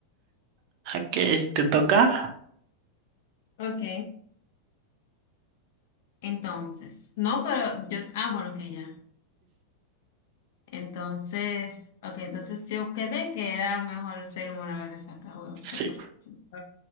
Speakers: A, on the right; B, on the left.
A: Ok, ¿te toca?
B: Ok. Entonces, no, pero yo, ah, bueno, que ya. Entonces, ok, entonces yo quedé que era mejor ser inmune a la resaca, bueno,
A: Sí,
B: cien por ciento